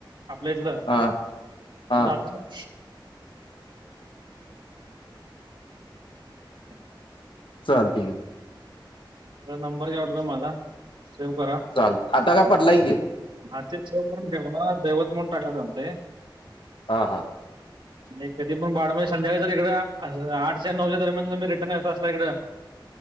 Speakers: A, on the right (about 75°); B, on the left (about 80°).
A: आपल्या हितल,
B: हा हा
A: जाताना <unintelligible>
B: चालतय की.
A: त नंबर घ्या वाटल् माझा, सेव्ह करा.
B: चाल, आता का पडलाय ये
A: आ ते शेव करून ठेव ना, दैवत म्हणून टाकाय सांगते.
B: हा हा
A: नाही कधी पण बाडज संध्याकाळी जर इकडं, आठच्या नऊच्या दरम्यान तुम्ही रिटर्न येत असला इकडं